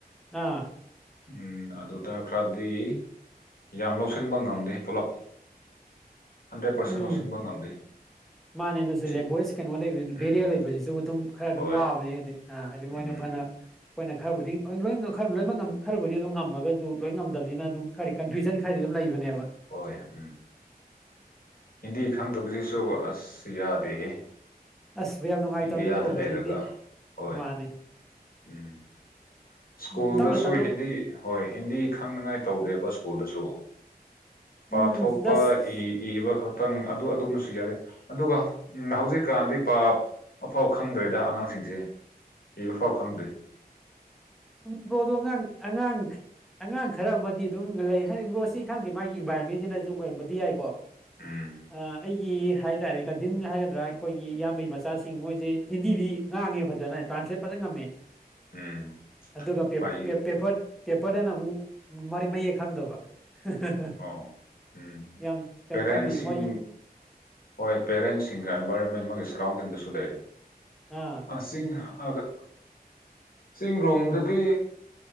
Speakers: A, in the centre; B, on the left.
A: ꯑꯥ
B: ꯎꯝ ꯑꯗꯨꯗ ꯈꯔꯗꯤ ꯌꯥꯝ ꯂꯧꯁꯤꯟꯕ ꯉꯝꯗꯦ ꯄꯨꯂꯞ ꯍꯟꯗ꯭ꯔꯦꯠ ꯄꯥꯔꯁꯦꯟ
A: ꯎꯝ
B: ꯂꯧꯁꯤꯟꯕ ꯉꯝꯗꯦ
A: ꯃꯥꯅꯦ ꯑꯗꯨꯁꯨ
B: ꯁꯤ
A: ꯂꯦꯡꯒ꯭ꯋꯦꯁ ꯀꯩꯅꯣ ꯂꯩꯕꯅꯤ
B: ꯎꯝ
A: ꯕꯦꯔꯤꯌ ꯂꯩꯕꯁꯤꯁꯨ ꯑꯗꯨꯝ ꯈꯔ ꯑꯗꯨꯝ
B: ꯍꯣꯏ
A: ꯋꯥꯕꯅꯦ ꯍꯥꯏꯗꯤ ꯍꯥꯏꯗꯤ
B: ꯎꯝ
A: ꯃꯣꯏꯅ ꯐ ꯀꯅ ꯑꯩꯈꯣꯏꯅ ꯈꯔꯕꯨꯗꯤ ꯂꯣꯏ ꯈꯔ ꯂꯣꯏꯅꯃꯛ ꯈꯔꯕꯨꯗꯤ ꯑꯗꯨꯝ ꯉꯝꯃꯒꯁꯨ ꯂꯣꯏꯅ ꯉꯝꯗꯅꯤꯅ ꯑꯗꯨꯝ ꯈꯗꯤ ꯀꯟꯐ꯭ꯌꯨꯖꯟ ꯝ ꯂꯩꯕꯅꯦꯕ
B: ꯍ ꯎꯝ ꯍꯤꯟꯗꯤ ꯈꯪꯗꯕꯁꯤꯁꯨ ꯑꯁ ꯌꯥꯗꯦꯍꯦ
A: ꯑꯁ ꯌꯥꯝ ꯅꯨꯡꯉꯥꯏꯇꯕꯅꯤ
B: ꯏꯟꯗꯤꯌꯥꯗ
A: ꯕ꯭ꯔꯣ ꯍꯧꯖꯤꯛꯀꯤꯗꯤ
B: ꯂꯩꯔꯒ ꯍꯣꯏ
A: ꯃꯥꯅꯦ
B: ꯎꯝ ꯁ꯭ꯀꯨꯜꯗꯁꯨ
A: ꯎꯝ ꯇꯞꯅ ꯇꯞꯅ
B: ꯍꯤꯟꯗꯤ ꯍꯣꯏ ꯍꯤꯟꯗꯤ ꯈꯪꯅꯉꯥꯏ ꯇꯧꯗꯦꯕ ꯁ꯭ꯀꯨꯜꯗꯁꯨ ꯄꯥꯊꯣꯛꯄ
A: ꯎꯝ ꯖꯁ
B: ꯏ ꯏꯕ ꯈꯛ ꯈꯤꯇꯪ ꯑꯗꯨ ꯑꯗꯨꯃꯁꯨ ꯌꯥꯗꯦ ꯑꯗꯨꯒ ꯍꯧꯖꯤꯛꯀꯥꯟꯗꯤ ꯄꯥꯞ ꯑꯐꯥꯎ ꯈꯪꯗ꯭ꯔꯦꯗ ꯑꯉꯥꯡꯁꯤꯡꯁꯦ ꯏꯕ ꯐꯥꯎ ꯈꯪꯗ꯭ꯦ
A: ꯎ ꯕ꯭ꯔꯣꯗꯣ ꯑꯉꯥꯡ ꯑꯉꯥꯡ ꯑꯉꯥꯡ ꯈꯔ ꯑꯃꯗꯤ ꯑꯗꯨꯝ ꯂꯩ ꯍꯥꯏꯔꯤꯕ ꯕ꯭ꯔꯣꯁꯤ ꯏꯊꯪꯗꯦ ꯃꯥꯒꯤ ꯏꯟꯚꯥꯏꯔꯣꯟꯃꯦꯟꯁꯤꯅꯁꯨ ꯑꯣꯏꯔꯝꯕꯗꯤ ꯌꯥꯏꯀꯣ
B: ꯎꯝ
A: ꯑꯩꯒꯤ ꯍꯥꯏꯇꯥꯔꯦ ꯀꯥꯖꯤꯟ ꯍꯥꯏꯒꯗ꯭ꯔꯥ ꯑꯩꯈꯣꯏꯒꯤ ꯏꯌꯥꯝꯕꯩ ꯃꯆꯥꯁꯤꯡ ꯃꯣꯏꯖ‌ꯦ ꯍꯤꯟꯗꯤꯗꯤ ꯉꯥꯡꯉꯦ ꯐꯖꯅ ꯇꯔꯥꯟꯁꯂ‌ꯦꯠ ꯐꯖꯅ ꯉꯝꯃꯦ
B: ꯎꯝ
A: ꯑꯗꯨꯒ ꯄ‌ꯦ
B: ꯐꯩꯌꯦ
A: ꯄꯦꯄꯔ ꯄꯦꯄꯔꯗꯅꯃꯨꯛ ꯃꯔ‌ꯦ ꯃꯌꯦꯛ ꯈꯪꯗꯕ <unintelligible>
B: ꯑꯣ ꯎꯝ
A: ꯌꯥꯝ ꯀꯩꯅꯣ
B: ꯄꯦꯔꯦꯟꯁꯁꯤꯡ
A: ꯈꯪꯗꯦ ꯃꯣꯏꯒꯤ
B: ꯍꯣꯏ ꯄꯦꯔꯦꯟꯁꯤꯡꯒ ꯑꯦꯟꯚꯥꯏꯔꯣꯟꯃꯦꯟ ꯑꯃꯒꯤ ꯁꯔꯥꯎꯟꯗꯤꯡꯗꯁꯨ ꯂꯩꯔꯦ
A: ꯑꯥ
B: ꯑꯁ ꯆꯤꯡ ꯑꯒ ꯆꯤꯡ ꯔꯣꯝꯗꯗꯤ